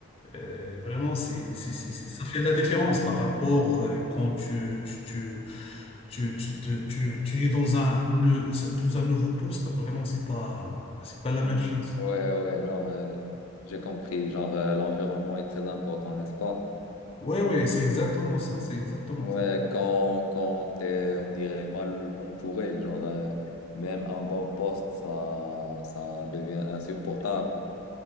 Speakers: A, on the left; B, on the left.
A: Euh, vraiment, c'est, c'est, c'est- c'est- ça fait de la différence par rapport euh, quand tu, tu, tu, tu, tu, tu, tu- tu es dans un, neu- dans un nouveau poste. Vraiment, c'est pas, c'est pas la
B: Mm.
A: même chose.
B: Ouais, ouais, genre, euh, j'ai compris, genre, euh, l'environnement est très important, n'est-ce pas?
A: Oui, oui, c'est exactement ça. C'est exactement
B: Ouais, quand, quand t'es, on dirait, mal entouré, genre, euh, même un bon poste, ça, ça devient insupportable.